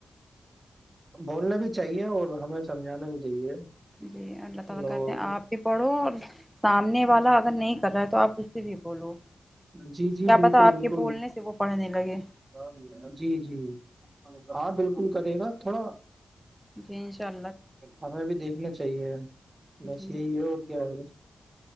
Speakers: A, on the right; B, in the centre.
A: بولنا بھی چاہیے اور ہمیں سمجھانا بھی چاہیے
B: جی اللہ تعالی
A: لوگوں
B: کہتے ہیں
A: کو
B: اپ بھی پڑھو اور سامنے والا
A: جی
B: اگر نہیں کر ہے تو اپ اس سے بھی بولو
A: جی جی
B: کیا
A: بالکل
B: پتا آپ
A: بالکل
B: کے بولنے سے وہ پڑھنے لگے
A: سب ہے جی جی ہاں بالکل کرے گا تھوڑا
B: جیین سا
A: ہمیں بھی دیکھنا چاہیے
B: جی
A: بس یہی ہے اور کیا ہو